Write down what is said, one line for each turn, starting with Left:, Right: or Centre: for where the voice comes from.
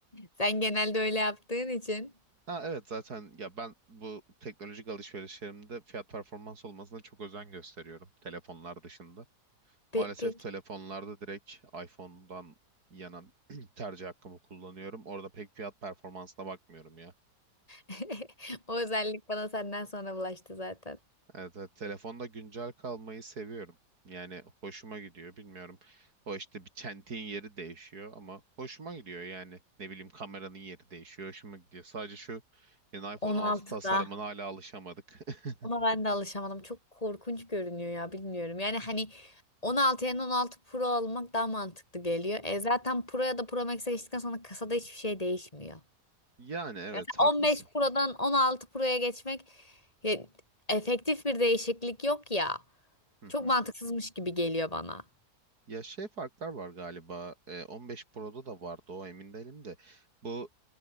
Left: Sen genelde öyle yaptığın için.
Right: Ha, evet zaten ya ben bu teknolojik alışverişlerimde fiyat performans olmasına çok özen gösteriyorum telefonlar dışında.
Left: Pe
Right: Maalesef
Left: pek.
Right: telefonlarda direkt iPhone'dan yana <clears throat> tercih hakkımı kullanıyorum. Orada pek fiyat performansına bakmıyorum ya.
Left: <laughs> O özellik bana senden sonra bulaştı zaten.
Right: Evet, evet, telefonda güncel kalmayı seviyorum. Yani hoşuma gidiyor bilmiyorum. O işte bir çentiğin yeri değişiyor ama hoşuma gidiyor yani. Ne bileyim kameranın yeri değişiyor, hoşuma gidiyor. Sadece şu yeni iPhone
Left: 16'da.
Right: 16 tasarımına hala alışamadık. <laughs>
Left: Ona ben de alışamadım. Çok korkunç görünüyor ya bilmiyorum. Yani hani 16 yerine 16 Pro almak daha mantıklı geliyor. E zaten Pro ya da Pro Max'e geçtikten sonra kasada
Right: Hı hı.
Left: hiçbir şey değişmiyor.
Right: Yani evet
Left: Yani
Right: haklısın.
Left: 15 Pro'dan 16 Pro'ya geçmek ya, efektif bir değişiklik yok ya.
Right: Hı
Left: Çok
Right: hı.
Left: mantıksızmış gibi geliyor bana.
Right: Ya şey farklar var galiba. e, 15 Pro'da da vardı o emin değilim de. Bu